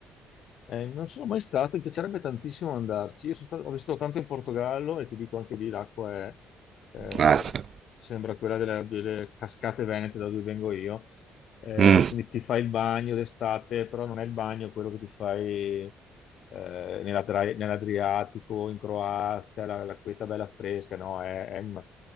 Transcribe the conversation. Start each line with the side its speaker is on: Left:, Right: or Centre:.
Left: Eh, non sono mai stato, mi piacerebbe tantissimo andarci. Io sono stato- ho vissuto tanto in Portogallo e ti dico anche lì l'acqua è, eh,
Right: Eh sì.
Left: sembra quella delle, delle cascate venete da dove vengo io. Eh,
Right: Mm,
Left: quindi ti fai il bagno d'estate, però non è il bagno quello che ti fai eh, nell'Adra- nell'Adriatico, in Croazia, la, la queta bella fresca, no? È, è una,